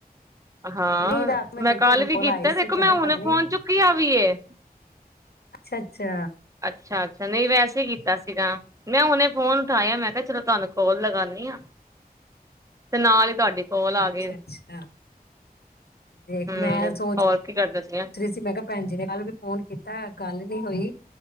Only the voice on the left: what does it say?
ਨਹੀਂ ਰਾਤ
ਦੇਖਿਆ
ਤੁਹਾਡੇ
ਕੋਲ
ਆਈ ਸੀ
ਕਿਹਾ
ਪਤਾ ਨੀ
ਅੱਛਾ- ਅੱਛਾ!
ਅੱਛਾ
ਅੱਛਾ ਦੇਖ
ਮੈਂ
ਸੋਚ
ਰਹੀ ਸੀ ਮੈਂ ਕਿਹਾ ਭੈਣ ਜੀ ਨੇ ਕੱਲ ਵੀ ਫੋਨ ਕੀਤਾ' ਗੱਲ ਨੀ ਹੋਈ